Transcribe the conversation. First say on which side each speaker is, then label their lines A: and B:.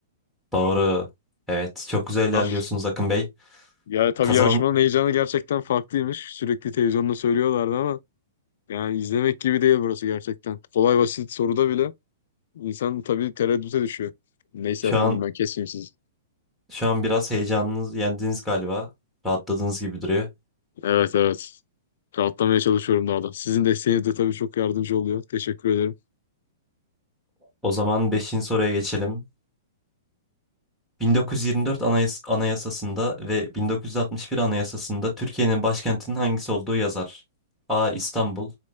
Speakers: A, in the centre; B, on the left.
A: doğru. Evet, çok güzel ilerliyorsunuz
B: Ah
A: Akın Bey.
B: ya tabii
A: Kazan
B: yarışmanın heyecanı gerçekten farklıymış. Sürekli televizyonda söylüyorlardı ama yani izlemek gibi değil burası gerçekten. Kolay basit soruda bile İnsan tabii tereddüte düşüyor. Neyse
A: şu
B: efendim
A: an
B: ben kesmeyeyim sizi.
A: şu an biraz heyecanınız yendiniz galiba. Rahatladığınız gibi duruyor.
B: Evet evet. Rahatlamaya çalışıyorum daha da. Sizin desteğiniz de tabii çok yardımcı oluyor. Teşekkür ederim.
A: O zaman beşinci soruya geçelim. 1924 Anayas- Anayasası'nda ve 1961 Anayasası'nda Türkiye'nin başkentinin hangisi olduğu yazar? A. İstanbul